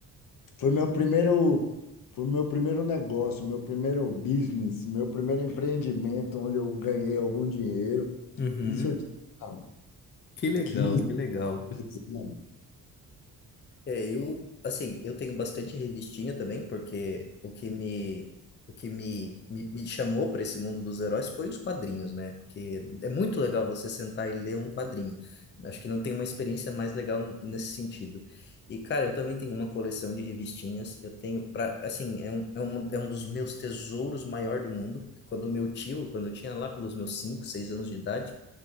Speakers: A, on the left; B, on the left.
A: foi meu primeiro foi meu primeiro negócio, meu primeiro business, meu primeiro empreendimento onde eu ganhei algum dinheiro.
B: uhum.
A: Isso eu tinha
B: Que legal,
A: 15,
B: que legal.
A: anos, né?
B: É, eu, assim, eu tenho bastante revistinha também, porque o que me, o que me, me, me chamou para esse mundo dos heróis foi os quadrinhos, né? Porque é muito legal você sentar e ler um quadrinho. Acho que não tem uma experiência mais legal nesse sentido. E, cara, eu também tenho uma coleção de revistinhas. Eu tenho para, assim, é um, é um, é um dos meus tesouros maior do mundo. Quando meu tio, quando eu tinha lá pelos meus 5 6 anos de idade,